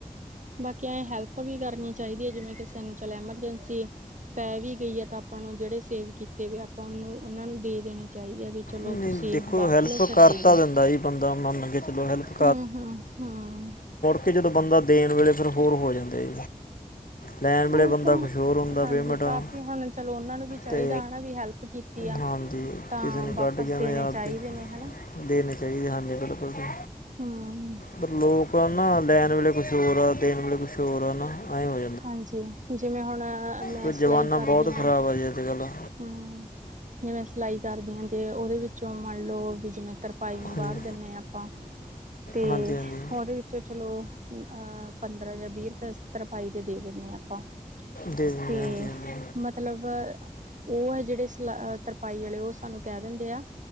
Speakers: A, on the right; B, on the left.
A: ਬਾਕੀ ਐਂ ਹੈਲਪ ਵੀ ਕਰਨੀ ਚਾਹੀਦੀ ਹੈ ਜਿਵੇਂ ਕਿ ਸਾਨੂੰ ਚੱਲ ਐਮਰਜੈਂਸੀ ਪੈ ਵੀ ਗਈ ਆ ਤਾਂ ਆਪਾਂ ਨੂੰ ਜਿਹੜੇ ਸੇਵ ਕੀਤੇ ਵ ਆਪਾਂ ਉਹਨੂੰ ਉਹਨਾਂ ਨੂੰ ਦੇ ਦੇਣੇ ਚਾਹੀਦੇ ਆ ਵੀ ਚਲੋ
B: ਨਹੀਂ
A: ਤੁਸੀਂ
B: ਦੇਖੋ
A: ਵਰਤ
B: ਹੈਲਪ
A: ਲੋ ਫਿਰ
B: ਕਰ
A: ਦੇ ਦੋ
B: ਤਾਂ ਦਿੰਦਾ ਜੀ ਬੰਦਾ ਮੰਨ ਕੇ ਚਲੋ ਹੈਲਪ
A: ਹੂ ਹੂ <unintelligible>
B: ਕਿ ਜਦੋਂ ਬੰਦਾ ਦੇਣ ਵੇਲੇ ਫਿਰ ਹੋਰ ਹੋ ਜਾਂਦੇ ਲੈਣ ਵੇਲੇਾ
A: ਉਹ
B: ਬੰਦਾ
A: ਤਾਂ
B: ਕੁਛ ਹੋਰ ਹੋਦਾ
A: ਹਾਂਜੀ
B: ਪੇਮੈਂਟਾਂ
A: ਕਾਫੀ ਹੁਣ ਚਲੋ ਉਹਨਾਂ ਨੂੰ ਵੀ ਚਾਹੀਦਾ
B: ਤੇ
A: ਹਨਾ ਵੀ ਹੈਲਪ ਕੀਤੀ ਆ।
B: ਹਾਂਜੀ
A: ਤਾਂ
B: ਕਿਸੇ ਨੇ
A: ਵਾਪਸ
B: ਕੱਢ ਕੇ ਨਾ
A: ਦੇਣੇ
B: ਯ
A: ਚਾਹੀਦੇ
B: ਵੀ
A: ਨੇ ਹਨਾ
B: ਦੇਣੇ ਚਾਹੀਦੇ ਹਾਂਜੀ ਬਿਲਕੁਲ ਜ
A: <unintelligible>
B: ਪਰ ਲੋਕ ਆ ਨਾ ਲੈਣ ਵੇਲੇ ਕੁਛ ਹੋਰ ਆ ਦੇਣ ਵੇਲੇ ਕੁਛ ਹੋਰ ਆ ਨਾ ਐਂ ਹੋ
A: ਹਾਂਜੀ ਜਿਵੇਂ ਹੁਣ ਮੈਂ
B: ਕਿ
A: ਸਿਲਾਈ
B: ਜ਼ਮਾਨਾ
A: ਕਰਦੀ
B: ਬਹੁਤ
A: ਹਾਂ
B: ਖਰਾਬ ਆ ਜੀ ਅੱਜ ਕੱਲ੍ਹ
A: ਹਮ ਜਿਵੇਂ ਸਿਲਾਈ ਕਰਦੀ ਹਾਂ ਤੇ ਉਹਦੇ ਵਿੱਚੋਂ ਮੰਨ ਲਓ ਵੀ ਜਿਵੇਂ ਤਰ ਪਾਈ ਨੂੰ
B: ਹਾਂਜੀ
A: ਬਾਹਰ ਦਿੰਦੇ ਹਾਂ ਆਪਾਂ ਤੇ
B: ਹਾਂਜੀ ਹਾਂਜੀ
A: ਉਹਦੇ ਵਿੱਚ ਤੇ ਚਲੋ ਅ ਪੰਦਰਾਂ ਜਾਂ ਵੀਹ ਰੁਪਏ ਤਰਪਾਈ ਦੇ ਦੇ ਦਿੰਦੇ ਹਾਂ ਆਪਾਂ
B: ਦੇ ਦਿੰਦੇ
A: ਤੇ
B: ਹਾਂਜੀ ਹਾਂਜੀ
A: ਮਤਲਬ ਉਹ ਹੈ ਜਿਹੜੇ ਸਲਾ ਤਰਪਾਈ ਵਾਲੇ ਉਹ ਸਾਨੂੰ ਕਹਿ ਦਿੰਦੇ ਆ